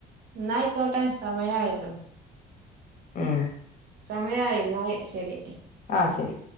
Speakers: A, on the right; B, on the left.
A: ന്നായിക്കോട്ടെ സമയായല്ലോ.
B: ഉം
A: സമയ ആയിന്ന്‌. ആയ് ശരി.
B: ആ ശെരി.